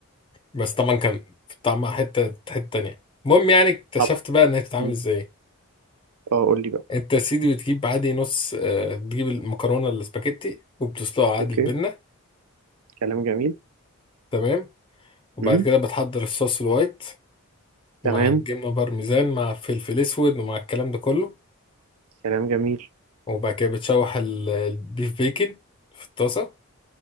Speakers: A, on the left (about 20°); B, on the right (about 80°).
A: بس طبعا كان طعمها حته حته تانيه المهم يعني اكتشفت
B: طبعا
A: بقى انها بتتعمل
B: مم.
A: ازاي
B: اه قول لي بقى
A: انت يا سيدي بتجيب عادي نص آه، بتجيب المكرونه الاسباجيتي وبتسلقها عادي
B: اوكي
A: البنه
B: كلام جميل
A: تمام وبعد
B: مم.
A: كده بتحضر الصوص الوايت
B: تمام
A: مع الجبنه بارميزان مع فلفل اسود ومع الكلام ده كله
B: كلام جميل
A: وبعد كده بتشوح ال- البيف بيكن في الطاسه